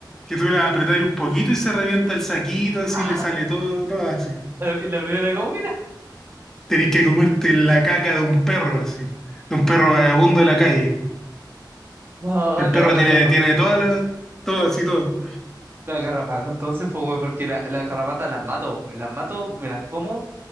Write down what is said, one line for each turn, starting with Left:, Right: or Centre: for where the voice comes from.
Centre: Que tú las apretáis un poquito y se revienta el saquito, así
Right: <laughs>
Centre: le sale todo, todo así.
Right: Y la primera, ¿cómo?
Centre: Tenés que comerte la caca de un perro, así. De un perro vagabundo de la calle.
Right: No,
Centre: El
Right: no,
Centre: perro
Right: la,
Centre: tiene,
Right: garra-
Centre: tiene todas las, todo así, todo.
Right: la garrapata entonces, pues, weón, porque la, la garrapata las mato, me las mato, me las como